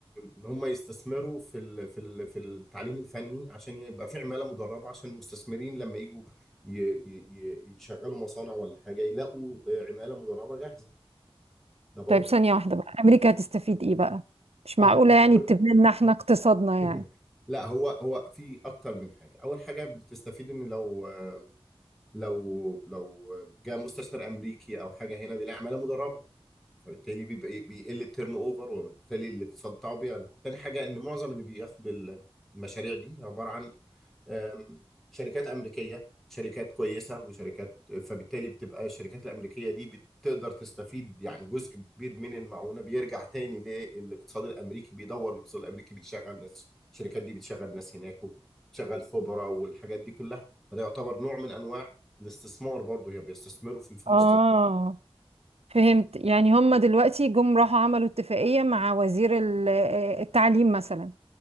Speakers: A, in the centre; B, on the right.
A: ان هم يستثمروا في ال في ال في التعليم الفني عشان يبقى في عمالة مدربة عشان المستثمرين لما يجوا ي- ي- ي- يشغلوا مصانع ولا حاجة يلاقوا آه، عمالة مدربة جاهزة ده برضو
B: طيب ثانية
A: جزء
B: واحدة بقى امريكا هتستفيد ايه بقى؟ مش
A: اه
B: معقولة
A: المخبر-
B: يعني بتبني لنا احنا اقتصادنا
A: <laughs>
B: يعني
A: لا هو هو في اكتر من حاجة اول حاجة بتستفيد ان لو آه، لو لو جاء مستثمر امريكي او حاجه هنا بيلاقي عماله مدربه فبالتالي بيبقى إيه، بيقل التيرن اوفر وبالتالي الاقتصاد بتاعه بيعلى تاني حاجه ان معظم اللي بياخد المشاريع دي عباره عن آم، شركات أمريكية شركات كويسة وشركات فبالتالي بتبقى الشركات الأمريكية دي بتقدر تستفيد يعني جزء كبير من المعونة بيرجع تاني للاقتصاد الأمريكي بيدور الاقتصاد الأمريكي بيشغل ناس الشركات دي بتشغل ناس هناك وبتشغل خبرة والحاجات دي كلها فده يعتبر نوع من أنواع الاستثمار برضه هي بيستثمروا في الفلوس
B: اه فهمت يعني هم دلوقتي جم راحوا عملوا اتفاقية مع وزير ال- آه، التعليم مثلا